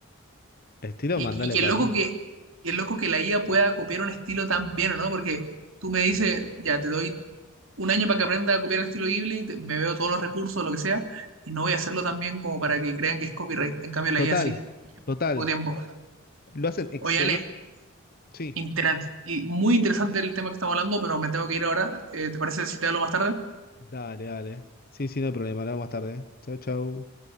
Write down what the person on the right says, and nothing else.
Y,
y qué
loco
que, qué loco que la IA pueda copiar un estilo tan bien, ¿o no? Porque tú me dices, ya te doy un año para que aprenda a copiar el estilo Ghibli, te- me veo todos los recursos, lo que sea, y no voy a hacerlo tan bien como para que crean que es copyright. En cambio, la
IA sí,
poco tiempo.
Oye, Ale,
interan- y muy interesante el tema que estamos hablando, pero me tengo que ir ahora. Eh, ¿Te parece si te hablo más tarde?